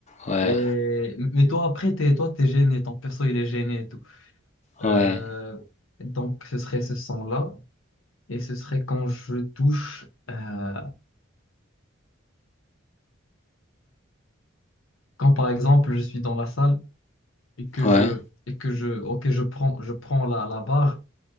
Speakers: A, on the left; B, on the left.
A: Ouais,
B: Et, mais toi, après, t'es, toi, t'es gêné, ton perso, il est gêné et tout. Euh,
A: ouais,
B: donc, ce serait ce son-là. Et ce serait quand je touche, euh, quand par exemple je suis dans la salle et que
A: ouais.
B: je, et que je, ok, je prends, je prends la, la barre